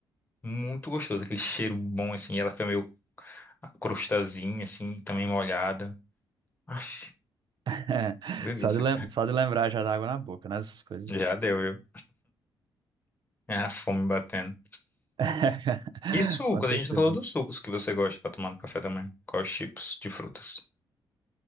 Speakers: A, on the left (about 20°); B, on the right (about 55°).
A: Muito gostoso, aquele cheiro bom, assim, e ela fica meio a crostazinha, assim, também molhada. Aff,
B: É,
A: delícia.
B: só de, lem- só de lembrar já dá água na boca, né? Essas coisas.
A: Já deu, viu? É a fome batendo.
B: <laughs>
A: E sucos?
B: Com certeza.
A: A gente não falou dos sucos que você gosta pra tomar no café da manhã. Quais tipos de frutas?